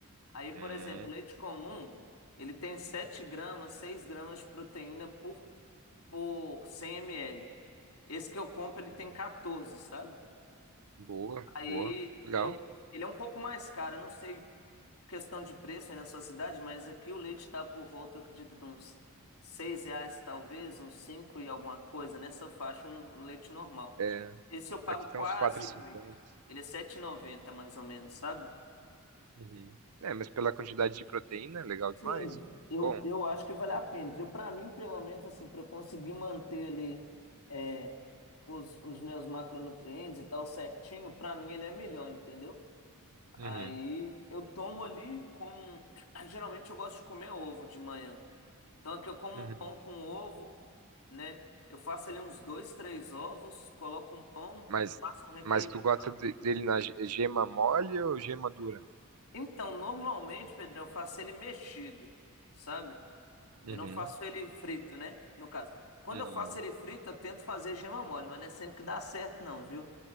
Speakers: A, on the left; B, on the right.
A: Aí, por
B: Hum,
A: exemplo, leite comum, ele tem 7 gramas, 6 gramas de proteína por, por 100 ml. Esse que eu compro, ele
B: uhum.
A: tem 14, sabe?
B: boa,
A: Aí
B: boa, legal.
A: eu, ele é um pouco mais caro, eu não sei questão de preço aí na sua cidade, mas aqui o leite está por volta, eu acredito, de uns seis reais, talvez, uns cinco e alguma coisa nessa faixa, um um leite normal.
B: É,
A: Esse eu pago
B: aqui tá
A: quase
B: uns 4,50.
A: oito. Ele é sete e noventa mais ou menos, sabe?
B: Uhum. É, mas pela quantidade de proteína, é legal
A: Sim,
B: demais.
A: eu,
B: Bom.
A: eu acho que vale a pena. Eu, para mim, pelo menos, assim, para eu conseguir manter ali é, os, os meus macronutrientes e tal certinho, para mim ele é melhor, entendeu?
B: Uhum.
A: Aí eu tomo ali como. <clears throat> Geralmente eu gosto de comer ovo de manhã. Tanto que eu como
B: Uhum.
A: um pão com ovo, né? Eu faço ali uns dois, três ovos, coloco um pão,
B: Mas,
A: passo um requeijão
B: mas tu gosta
A: lá.
B: de- dele na ge- gema mole ou gema dura?
A: Então, normalmente, Pedrão, eu faço ele mexido, sabe?
B: Uhum.
A: Eu não faço ele frito, né? No caso. Quando
B: Uhum.
A: eu faço ele frito, eu tento fazer gema mole, mas não é sempre que dá certo, não, viu?